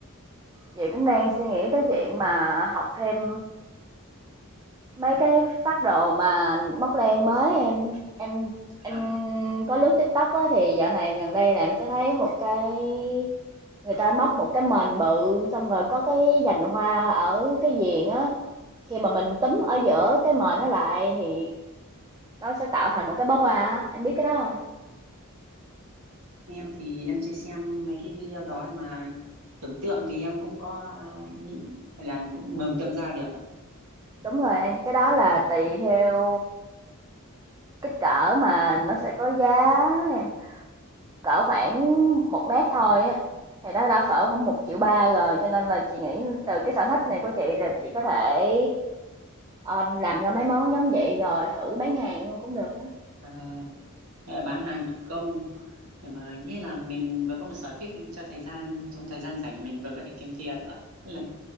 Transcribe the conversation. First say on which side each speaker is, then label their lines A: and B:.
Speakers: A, on the right; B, on the right.
A: Chị cũng đang suy nghĩ tới chuyện mà học thêm mấy cái phác đồ mà móc len mới em em em
B: à
A: có lướt TikTok á thì dạo này gần đây là em sẽ thấy một cái người ta móc một cái mền bự xong rồi có cái dành hoa ở cái viền á khi mà mình túm ở giữa cái mền nó lại thì nó sẽ tạo thành một cái bó hoa á em biết cái đó không
B: em thì em chưa xem mấy cái video đó ấy mà tưởng tượng thì em cũng có ờ, nghĩ là cũng mường tượng ra được ạ.
A: đúng rồi em cái đó là tùy theo kích cỡ mà nó sẽ có giá em Cỡ khoảng một mét thôi á, thì nó đã cỡ khoảng một triệu ba rồi, cho nên là chị nghĩ từ cái sở thích này của chị là chị có thể, ờ, làm ra mấy món giống vậy rồi thử bán hàng luôn cũng được nữa.
B: à, em bán hàng thủ công nhưng mà nghĩa là mình vừa có một sở thích cho thời gian trong thời gian rảnh mình vừa có thể kiếm tiền nữa Nên là